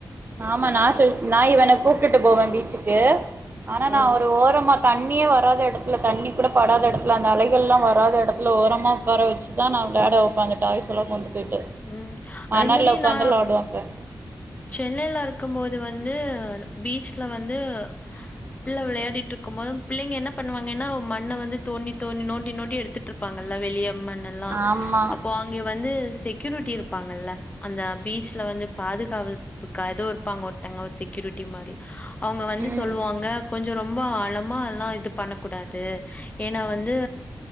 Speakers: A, on the right (about 30°); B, on the left (about 20°).
A: ஆமா நா சில் நாயிவன கூப்ட்டுட்டு போவே பீச்சுக்கே ஆனா
B: அ
A: நா ஒரு ஓரமா தண்ணீயே வராத எடத்துல தண்ணீ கூட படாத எடத்துல அந்த அலைகள்லா வராத எடத்துல ஓரமா ஒக்கார வெச்சுதா நா விளாட வெப்பே அங்க டாய்ஸ்யெல்லா கொண்டு போய்ட்டு
B: ம்
A: மணல்ல
B: அதே மாரி
A: உக்காந்து
B: நா
A: வெளாடுவா அப்ப
B: சென்னைலே இரு க்கும் போது வந்து பீச்ல வந்து பிள்ள விளையாடிட்ருக்கும் போது பிள்ளைங்க என்ன பண்ணுவாங்கன்னா மண்ண வந்து தோண்டி தோணி நோண்டி நோண்டி எடுத்துட்ருப்பாங்கல்ல வெளிய மண்ணல்லா
A: ஆமா
B: அப்போ அங்கே வந்து க்யூரிட்டி இருப்பாங்கல்ல அந்த பீச்ல
A: ம்
B: வந்து பாதுகாவல்ப்புகாது ஒருப்பாங்க ஒருத்தங்க ஒரு செக்யூரிட்டி மாரி அவுங்க வந்து
A: ம்
B: சொல்லுவாங்க
A: ம்
B: கொஞ் ரொம்ப ஆழமா எல்லா இது பண்ணக்கூடாது ஏனா வந்து